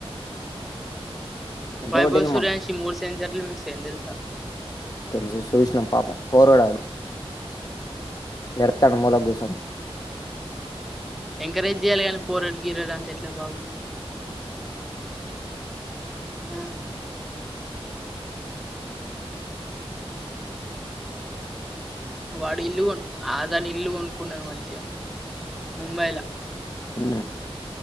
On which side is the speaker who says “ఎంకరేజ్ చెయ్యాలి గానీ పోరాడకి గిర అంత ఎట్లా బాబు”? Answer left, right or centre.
Centre